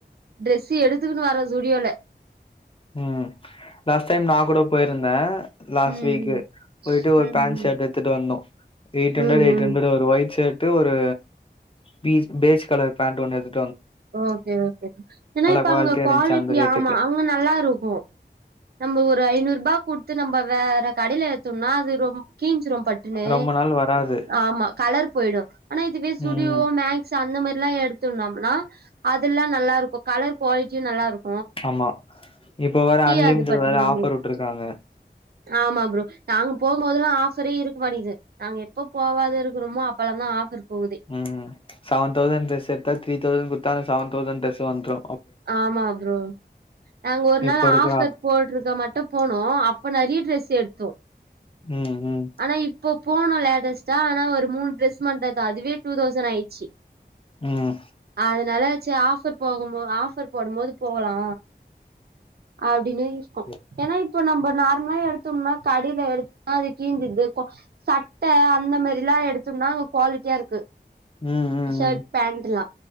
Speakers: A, on the right; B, on the left.
A: ட்ரெஸ்ஸு எடுத்துக்குன்னு வரோ ஸ்ஸுடுயோல
B: ம் லாஸ்ட் டைம் நா கூட போயிருந்த லாஸ்ட்
A: ம்
B: வீக்கு போயிட்டு
A: ம்
B: ஒரு
A: ம்
B: பேண்ட் ஷர்ட்டு எத்துட்டு வந்தோ எயிட் ஹண்டரட்டு
A: ம்
B: எயிட்
A: ம்
B: ஹண்ட்ரட்டு ஒரு ஒயிட் ஷர்ட்டு ஒரு பீ பேஜ் கலர் பேண்ட்டு ஒன்னு எத்
A: ஓகே ஓகே ஏன்னா இப்ப
B: குவாலிட்டியா
A: அங்க குவாலிட்டி
B: இருந்துச்சு அந்த ரேட்டுக்கு.
A: ஆமா அங்க நல்லா ருக்கு நம்ப ஒரு ஐநூருபா குட்த்து நம்ம வேற கடைல ஏத்தோம்னா அது ரொம் கீஞ்சிரோ பட்டுன்னு
B: ரொம்ப நாள் வராது.
A: ஆமா கலர் போயிடோ ஆனா இதுவே ஸுடியோ
B: ம்.
A: மேக்ஸ் அந்த மாரில்லா எடுத்தோண்ணாம்னா அதெல்லா நல்லாருக்கு கலர் குவாலிட்டியு நல்லாருக்கு
B: ஆமா இப்ப வேற
A: கீயாது
B: அன்லிமிடட்
A: பட்டுன்னு
B: வேற
A: நம்மளுக்கு
B: ஆஃபர் வுட்டுருக்காங்க
A: ஆமா ப்ரோ நாங்க போகும்போதெல்லா ஆஃபரே இருக்க மாட்டோங்குது நாங்க எப்போ போவாத இருக்குறோமோ அப்பெல்லா தா ஆஃபர் போகுது
B: ம் சவன் தௌசன் ட்ரெஸ் எடுத்தா த்ரீ தௌசண்ட் குத்தா அந்த சவன் தௌசண்ட் டிரெஸ் வந்துரு
A: ஆமா ப்ரோ நாங்க ஒரு நாள்
B: இப்ப இருக்கிற
A: ஆஃபர் போட்டுருக்க மட்டு போனோ அப்ப நெறிய ட்ரெஸ் எடுத்தோ
B: ம் ம்
A: ஆனா இப்போ போனோ லேட்டஸ்டா ஆனா ஒரு மூண் ட்ரெஸ் மட்டோ எத்த அதுவே டூ தௌசண்ட் ஆயிச்சி
B: ம்.
A: அது நல்லா சே ஆஃபர் போகும்போது ஆஃப் ஃபர் போடும் போது போகலா அப்டின்னு இஸ்க்கோ
B: ம்,
A: ஏன்னா இப்ப நம்ப நார்மலா எடுத்தோம்னா கடில எடுத்தா அது கீஞ்சிது சட்ட அந்த மேரில் லா எடுத்தோம்னா அங்க குவாலிட்டியாருக்கு
B: ம்,
A: ஷர்ட்
B: ம்.
A: பேண்ட்டுல்லா